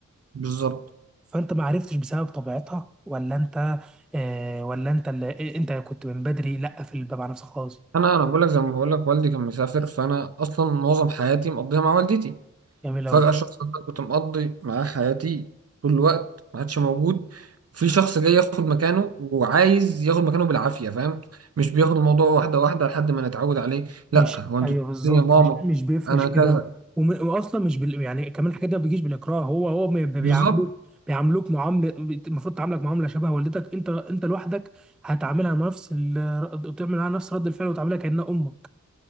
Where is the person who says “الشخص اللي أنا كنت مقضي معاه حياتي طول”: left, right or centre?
Right